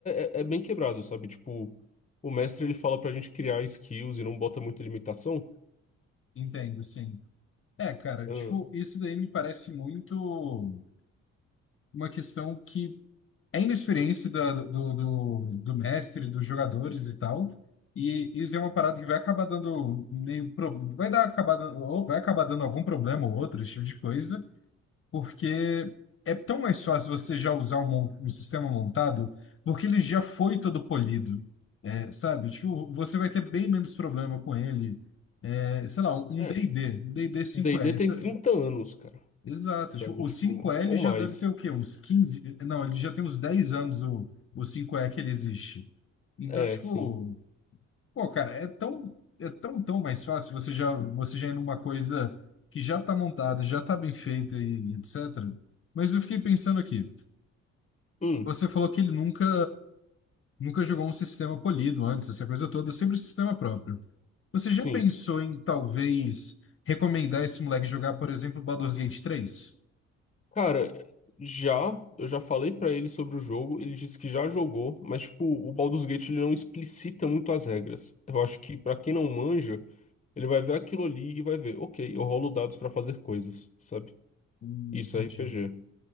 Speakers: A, on the left; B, on the left.
A: é, é é bem quebrado, sabe? Tipo, o mestre ele fala pra gente criar skills e não bota muita limitação.
B: Entendo, sim. É, cara,
A: Ah,
B: tipo, isso daí me parece muito uma questão que é inexperiência da- do, do, do do mestre, dos jogadores e tal. E isso é uma parada que vai acabar dando meio pro... vai dar acabar dando, ou vai acabar dando algum problema ou outro, esse tipo de coisa. porque é tão mais fácil você já usar um, mon- um sistema montado, porque ele já foi todo polido, é, sabe? Tipo, você vai ter bem menos problema com ele. É, sei lá, um
A: é.
B: D&D, um D&D 5E.
A: D&D
B: essa-
A: tem 30 anos, cara.
B: Exato.
A: sabe?
B: Tipo, o
A: Tipo,
B: 5E ele
A: ou
B: já
A: mais.
B: deve ter o quê? Uns quinze Não, ele já tem uns 10 anos o, o cinco e que ele existe. Então,
A: É,
B: tipo...
A: sim.
B: Pô, cara, é tão, é tão, tão mais fácil você já, você já ir numa coisa que já tá montada, já tá bem feita e etc. Mas eu fiquei pensando aqui.
A: Hum,
B: Você falou que ele nunca, nunca jogou um sistema polido antes, essa coisa toda, sempre sistema próprio. Você
A: sim.
B: já pensou em talvez recomendar esse moleque jogar, por exemplo, Baldur's Gate três
A: Cara, já, eu já falei pra ele sobre o jogo, ele disse que já jogou, mas, tipo, o Baldur's Gate ele não explicita muito as regras. Eu acho que pra quem não manja, ele vai ver aquilo ali e vai ver, ok, eu rolo dados pra fazer coisas, sabe?
B: Hum,
A: Isso
B: entendi.
A: é RPG.